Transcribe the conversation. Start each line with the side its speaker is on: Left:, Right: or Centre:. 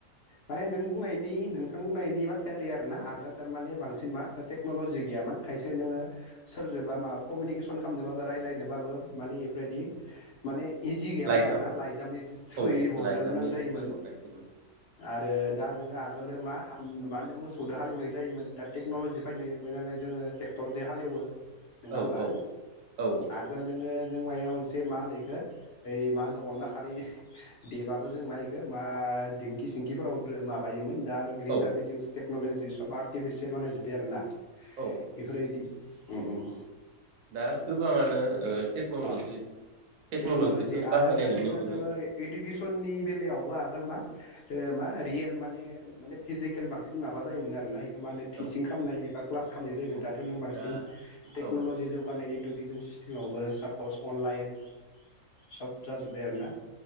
Left: माने नों बुंनायनि नोंथां बुंनायनि बाथायारि आरोना आगोल थारमाने बांसिन मा टेक्न'लजि गैयामोन खायसे नोङो सोरजोबा माबा कमिउनिकेसन खालामनोबाबो रायलायनोबाबो माने इफोरबायदि माने इजि गैया मोन
Right: लाइजाम
Left: आरोना लाइ जामनि थ्रुयै
Right: औ
Left: हरनो
Right: लाइजामनि
Left: गोनां जायोन
Right: थ्रुयै हरनाय जायोमोन
Left: आरो दा नोङो आगोल मा मा होनो मोसौजों हालेवनाजायोमोन दा टेक्न'लजि फैनायनालाय जोङो ट्रेक्टरजों हालेवो। नङा
Right: औ
Left: होमबा
Right: औ औ
Left: आगोल नोङो नों मायबा मोनसे मा होनो इखो यै मा होनो अनला खारै देबाबो जों माइखो मा दिंखि सिंखिफोराव माबायोमोन। दा आरो ग्रेनदार
Right: औ
Left: मेसिन टेक्नलजि सब आर्टिफिसियेल बानाय जोबबाय आरोना।
Right: औ
Left: बेफोरबायदि उम उम।
Right: दा गोबाङानो ओ टेक्न'ल'जि
Left: अ
Right: टेक्न'ल'जिखौ
Left: टेक्न'लजि
Right: बाहायनाय
Left: आगोलो
Right: नुनो
Left: नोङो
Right: मोनो
Left: नोङो इडुकेसननि बेलायावबो आगोल मा मा रियेल मा ने फिजिकेल बांसिन माबा जायोमोन आरो ना मा होनो टिचं
Right: औ
Left: खालामनाय एबा क्लास खालामनाय जायोमोन
Right: औ
Left: दाथ' नों बांसिन
Right: दा
Left: टेक्न'लजि
Right: औ
Left: जौगानाय इडु टिसिं सिस्टमावबो पस अनलाइन सब जाजोब्बाय आरोना।